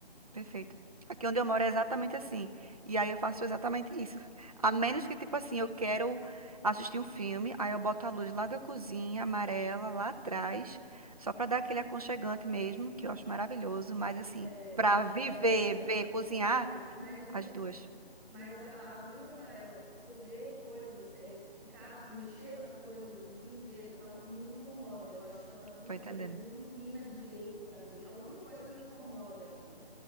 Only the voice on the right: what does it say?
Perfeito. Aqui onde eu moro é exatamente assim. E aí eu faço exatamente isso. A menos que, tipo assim, eu quero assistir um filme, aí eu boto a luz lá da cozinha, amarela, lá atrás, só pra dar aquele aconchegante mesmo, que eu acho maravilhoso. Mas assim,
pra
viver,
ver, cozinhar,
as duas.
Tô
entendendo.